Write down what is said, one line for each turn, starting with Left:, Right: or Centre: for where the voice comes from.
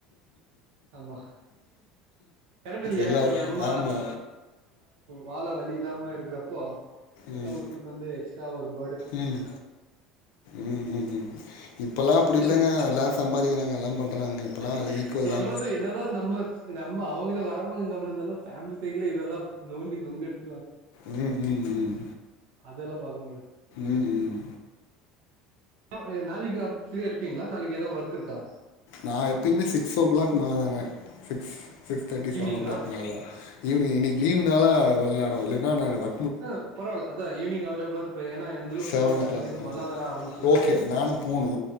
Right: ஆமா கரெக்ட் இல்லையா
Left: எல்லாரு
Right: இப்போ நம்ம
Left: ஆமா
Right: வால வழி இல்லாம இருக்குறப்போ மத்தவங்கள
Left: ம்
Right: கூட்டின் வந்து எக்ஸ்ட்ரா எல்லா ஒருப்
Left: ம் ம் ம்ம் இப்பல்லா அப்டி
Right: சரி
Left: இல்லங்க எல்லாரு சம்பாதிக்கிறாங்க எல்லா பண்றாங்கங்க
Right: அது
Left: இப்பல்லா எல்லா ஈக்குவல்
Right: சொல்றது
Left: தாங்க
Right: என்னதா நம்ம நம்ம அவங்கள வரவங்க கம்முனு இருந்தாலு ஃபேமிலி சைடுல இதெல்லா நோண்டி நொங்கு எடுத்
Left: ம் ம் ம்
Right: அதெல்லா பாக்கணுல்ல
Left: உ உ
Right: அ உ நாளைக்கு ஃப்ரீயா இருப்பீங்ளா நாளைக்கு ஏதூ ஒர்க் ஒர்க் இருக்கா
Left: நா எப்பயுமே சிக்ஸ் ஓ கிளாக் மேலதாங்க சிக்ஸ் சிக்ஸ் தேட்டி
Right: ஈவினிங்கா
Left: செவனோ கிளாக் மேலா தா ஈவினிங் இன்னிக்கு லீ்வுனால இவ்ளோ நேரோ இல்லன்னா நா வ
Right: ஆ பரவால அதா ஈவினிங் அவைளபுலா <unintelligible> ஏனா எந்துலயும்
Left: செவன்
Right: ஃபோன் சார்ஜ்
Left: ஓ கிளாக்
Right: இல்ல மழ வர ஆரம்பிச்சிச்சி
Left: ஓகே நானு போணு